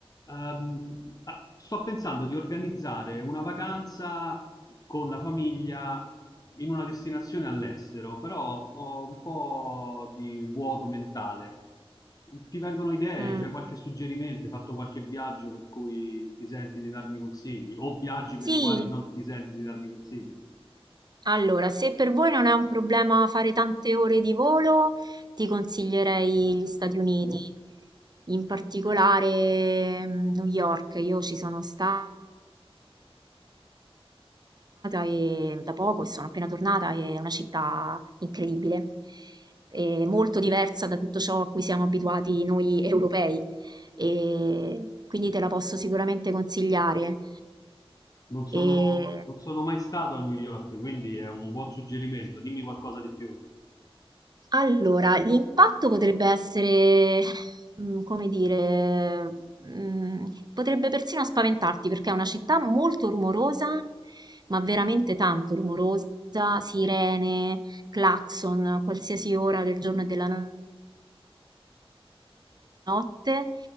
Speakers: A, on the left (about 35°); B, on the right (about 45°).
A: Ehm, ah, sto pensando di organizzare una vacanza con la famiglia in una destinazione all'estero, però ho un po' di vuoto mentale. Ti vengono idee?
B: Mm,
A: C'è qualche suggerimento? Hai fatto qualche viaggio per cui ti senti di darmi consigli? O viaggi per
B: Sì,
A: i quali non ti senti di darmi consigli?
B: allora, se per voi non è un problema fare tante ore di volo, ti consiglierei gli Stati Uniti, in particolare mm, New York. Io ci sono stata e- da poco e sono appena tornata e è una città incredibile, e molto diversa da tutto ciò a cui siamo abituati noi europei, e quindi te la posso sicuramente consigliare.
A: Non sono,
B: E
A: non sono mai stato a New York, quindi è un buon suggerimento. Dimmi qualcosa di più.
B: Allora, l'impatto potrebbe essere, mm, come dire, mm, potrebbe persino spaventarti perché è una città molto rumorosa, ma veramente tanto rumorosa, sirene, clacson, qualsiasi ora del giorno e della notte notte,